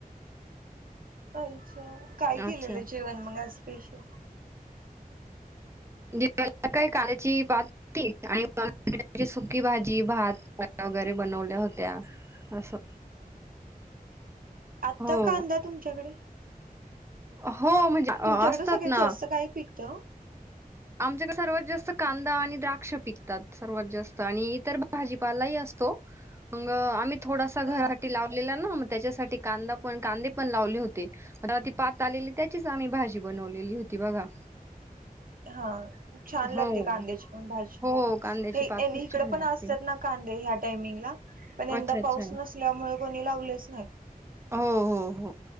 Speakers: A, on the right; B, on the right.
A: अच्छा! काय केलेलं
B: अच्छा.
A: जेवण मग आज स्पेशल?
B: <unintelligible> पात <unintelligible> आणि सुकी भाजी, भात, चपात्या वगैरे बनवल्या होत्या. असं.
A: आता
B: हो.
A: कांदा तुमच्याकडे?
B: हो म्हणजे
A: तुमच्याकडे
B: असतात
A: सगळ्यात
B: ना.
A: जास्त काय पिकतं.
B: आमच्याकडे सर्वात जास्त कांदा आणि द्राक्ष पिकतात सर्वात जास्त आणि इतर भाजीपालाही असतो. मंग आम्ही थोडासा घरासाठी
A: हा
B: लावलेला ना त्याच्यासाठी कांदा पण कांदे पण लावले हुते. परवा ती पात आलेली त्याचीच आम्ही भाजी बनवलेली होती बघा.
A: हा. छान लागते
B: हो
A: कांद्याची पण भाजी.
B: हो कांद्याची
A: हे येणी
B: पात खूप
A: इकडे
B: छान
A: पण
B: लागते.
A: असतात ना कांदे ह्या टायमिंग ला पण यंदा
B: अच्छा अच्छा
A: पाऊस नस त्यामुळे कोणी लावलेच नाहीत.
B: हो हो